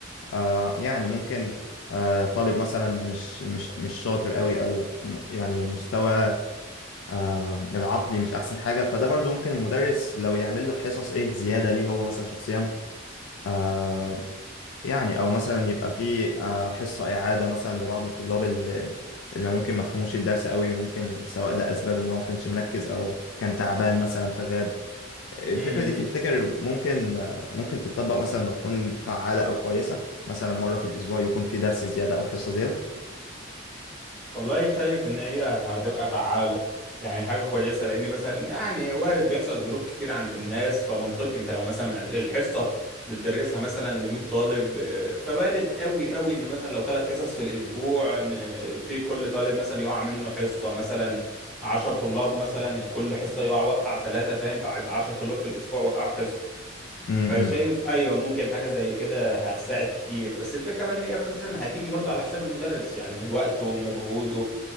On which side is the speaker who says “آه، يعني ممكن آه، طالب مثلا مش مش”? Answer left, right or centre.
Left